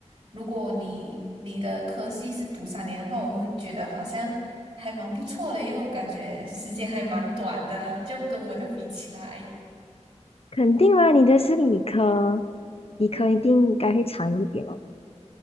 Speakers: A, on the right (about 40°); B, on the left (about 55°).
A: 如果你你的科系是读三年的话，我会觉得好像还蛮不错的，因为我感觉时间还蛮短的，就跟我的比起来。
B: 肯定啦，你的是理科，理科一定应该会长一点哦。